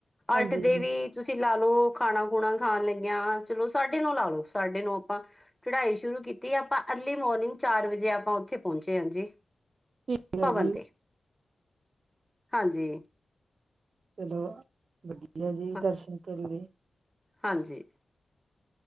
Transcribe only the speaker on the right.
ਹਾਂਜੀ
ਠੀਕ ਹੈ
ਜੀ
ਚਲੋ ਵਧੀਆ ਜੀ,
ਦਰਸ਼ਨ ਕਰ ਲੇ।